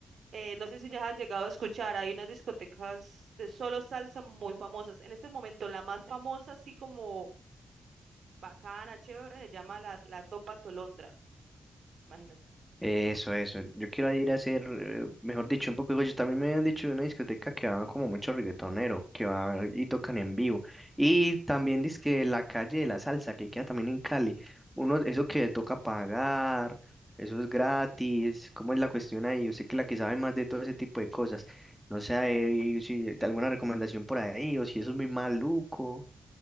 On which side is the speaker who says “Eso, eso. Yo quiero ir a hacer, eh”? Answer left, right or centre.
Centre